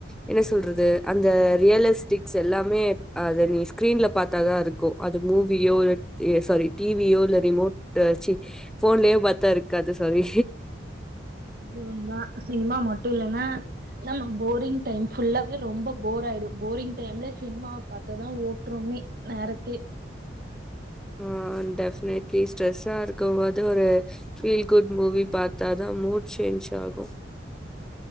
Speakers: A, in the centre; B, on the right.
A: என்ன சொல்றது அந்த ரியலிஸ்டிக்ஸ் எல்லாமே அத நீ ஸ்கிரீன்ல பாத்தாதா இருக்கோ அது மூவிலியோ இல்ல சாரி டி வி யோ இல்ல ரிமோட் ச்சி ஃபோன்லயோ பாத்தா இருக்காது சாரி
B: அதுவும் தா சினிமா மட்டும் இல்லன்னா நம்ம போரிங் டைம் ஃபுல்லாவே ரொம்ப போர் ஆயிடும் போரிங் டைம்ல சினிமாவ பாத்ததா ஓட்றோமே நேரத்தே
A: ஆஹ் டெஃப் பனெட்லி ஸ்ட்ரெஸ்ஸா இருக்கும்போது அது ஒரு பீல் குட் மூவி பத்தாதா மூடு சேஞ்ச் ஆகும்